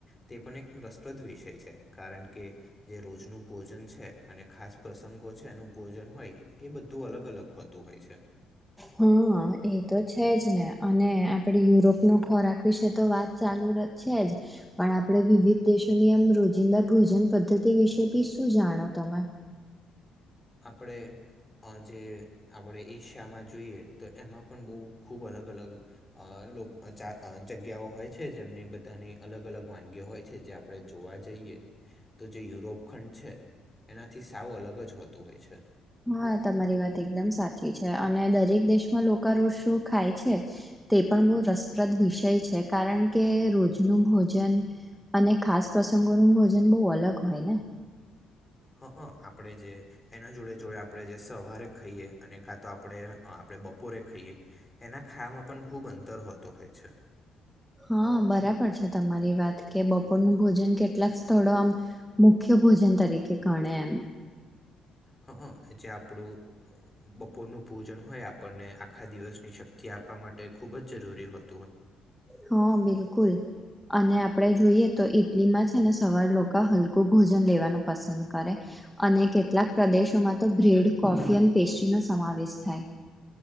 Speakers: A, on the left; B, in the centre.
A: તે પણ એક રસપ્રદ વિષય છે કારણ કે જે રોજનું ભોજન છે અને ખાસ પ્રસંગો છે એનું ભોજન હોય એ બધું અલગ અલગ હોતું હોય છે
B: હા એ તો છે જ ને અને આપણે યુરોપનો ખોરાક વિશે તો વાત ચાલુ છે જ પણ આપણે વિવિધ દેશોની આમ રોજિંદા ભોજન પદ્ધતિ વિશે બી શું જાણો તમે
A: આપણે આ જે આપણે એશિયામાં જોઈએ તો એમાં પણ બહુ ખૂબ અલગ અલગ અ લો જગ્યાઓ હોય છે જેમની બધી બધની અલગ અલગ વાનગીઓ હોય છે જે આપડણે જોવા જઈએ તો જે યુરોપ ખંડ છે એનાથી સાવ અલગ જ હોત તો હોય છે
B: હા તમારી વાત એકદમ સાચી છે અને દરેક દેશમાં લોકો રોજ શો ખાય છે તે પણ બહુ રસપ્રદ વિષય છે કારણ કે રોજનું ભોજન અને ખાસ પ્રસંગોનું ભોજન બહુ અલગ હોય ને
A: હા આપણેે જે એના જોડે જોડે આપણે જે સવારે ખાઈએ અને કા તો આપણે આપણે બપોરે ખાઈએ એના ખામાં પણ ખૂબ અંતર હોતો હોય છે
B: હા બરાબર છે તમારી વાત કે બપોરનું ભોજન કેટલાક સ્થળો આમ મુખ્ય ભોજન તરીકે ગણે એમ
A: હ જે આપણું બપોરનું પૂજન હોય આપણને આખા દિવસની શક્તિ આપવા માટે ખુબ જ જરૂરી હોત
B: હા બિલકુલ અને આપણે જોઈએ તો ઈટલીમાં છે ને સવાર લોકો હલકું ભોજન લેવાનું પસંદ કરે અને કેટલાક પ્રદેશોમાં તો બ્રેડ કોફી અને પેસ્ટ્રી નો સમાવેશ થાય